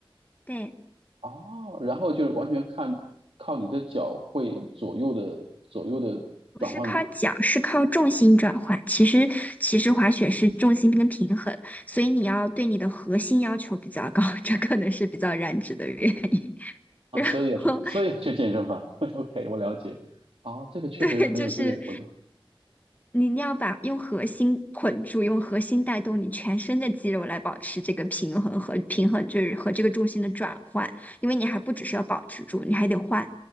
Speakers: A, on the left; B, on the right.
A: 对，
B: 哦，然后就是完全看靠你的脚会左右的左右的转换
A: 不是靠脚，是靠重心转换。其实其实滑雪是重心跟平衡，所以你要对你的核心要求比较高，这可能是比较燃脂的原因。<laughs>
B: 啊，
A: 然后
B: 所以要去所以要去健身房。<laughs> OK，我了解。哦，这个确实是很有趣的一个活动。
A: 对，<laughs> 就是你你要把用核心捆住，用核心带动你全身的肌肉来保持这个平衡和平衡，就是和这个重心的转换，因为你还不只是要保持住，你还得换。